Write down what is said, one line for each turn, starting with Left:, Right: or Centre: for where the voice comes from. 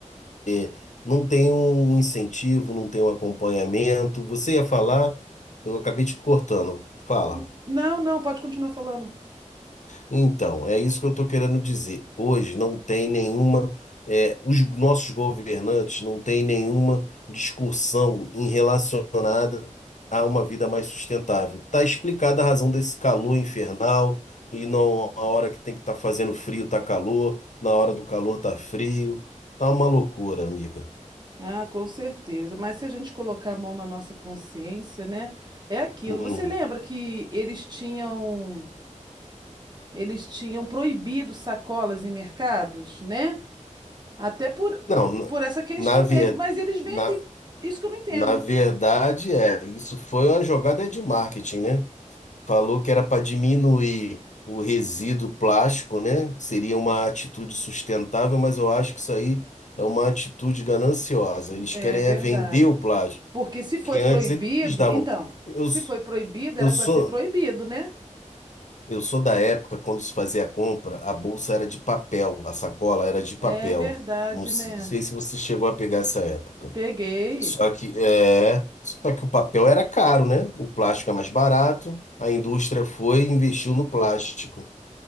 Left: é, não tem um incentivo, não tem um acompanhamento. Você ia falar, eu acabei te cortando. Fala.
Right: N- Não, não, pode continuar falando.
Left: Então, é isso que eu estou querendo dizer. Hoje não tem nenhuma, é, os nossos governantes não têm nenhuma discussão em relacionada a uma vida mais sustentável. Está explicada a razão desse calor infernal e não a hora que tem que estar fazendo frio está calor, na hora do calor está frio. Tá uma loucura, amiga.
Right: Ah, com certeza. Mas se a gente colocar a mão na nossa consciência, né? É aquilo.
Left: Hum.
Right: Você lembra que eles tinham eles tinham proibido sacolas em mercados, né? Até por
Left: Não, na,
Right: por essa questão
Left: na, ver-
Right: mesmo. Mas eles vendem.
Left: na
Right: Isso que eu não entendo.
Left: na verdade é, isso foi uma jogada de marketing, né? falou que era para diminuir o resíduo plástico, né? Seria uma atitude sustentável, mas eu acho que isso aí é uma atitude gananciosa. Eles
Right: É
Left: querem
Right: verdade.
Left: é vender o plástico,
Right: Porque se foi
Left: que antes
Right: proibido,
Left: eles davam.
Right: então,
Left: Eu,
Right: se
Left: s-
Right: foi proibido,
Left: eu
Right: era
Left: sou
Right: para ser proibido, né?
Left: eu sou da época quando se fazia a compra, a bolsa era de papel, a sacola era de papel.
Right: É verdade,
Left: Não se-
Right: né?
Left: não sei se você chegou a pegar essa época.
Right: Peguei.
Left: Só que é, só que o papel era caro, né? O plástico é mais barato. A indústria foi e investiu no plástico.